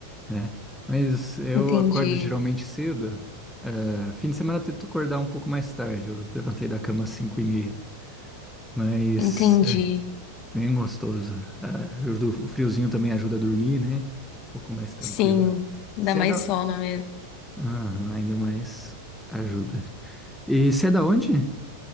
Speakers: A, in the centre; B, on the left (about 40°).
A: né? Mas eu
B: entendi,
A: acordo geralmente cedo. É, fim de semana eu tento acordar um pouco mais tarde. Eu levantei da cama às cinco e meia, Mas
B: entendi.
A: Bem gostoso. Ah, o do- o friozinho também ajuda a dormir, né? Um pouco mais tranquilo.
B: Sim, dá
A: Você
B: mais
A: é da.
B: sol, não é mesmo?
A: Aham, ainda mais ajuda. E você é da onde?